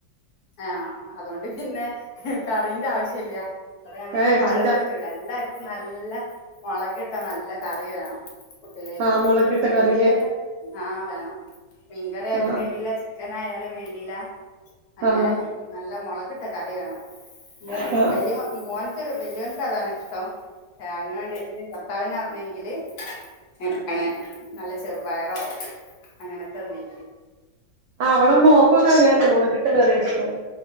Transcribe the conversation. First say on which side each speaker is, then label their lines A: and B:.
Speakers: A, on the left; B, on the right.
A: എആഹ് അതൊണ്ട് പിന്നെ ഹെ കറീന്റാവശ്യല്ല വടെ ഞമ്മക്ക്
B: ഏഹ്
A: പഴം
B: കറിന്റെ
A: പ റ്റൂല എല്ലാര്ക്കും നല്ല മൊളകിട്ട നല്ല കറി വേണം പുട്ടിലേക്ക്
B: ആഹ് മുളകിട്ട
A: അല്ലെങ്കി
B: കറില്ലേ
A: പിന്നെ ആ വേണം മീങ്കറി ആയാലും
B: ആഹ്
A: വേണ്ടീല ചിക് ക്കനായാലും വേണ്ടീല അങ്ങനെ
B: ആഹ്
A: നല്ല മൊളകിട്ട കറി വേണം മോ
B: ആഹ്
A: വല്ല്യ മൊ മോൻ ക്ക്‌ വല്ല്യോൻക്കതാണ്ഷ്ടം അയ്ന് വേണ്ടിട്ട് ഭർത്താവിനാണെങ്കില് <inaudible> ആണ് നല്ല ചെറുബയറോ അങ്ങനത്തെന്തെങ്കിലു
B: ആഹ് വട മോക്കൊക്കങ്ങന മൊളകിട്ട കറിയാഷ്ടം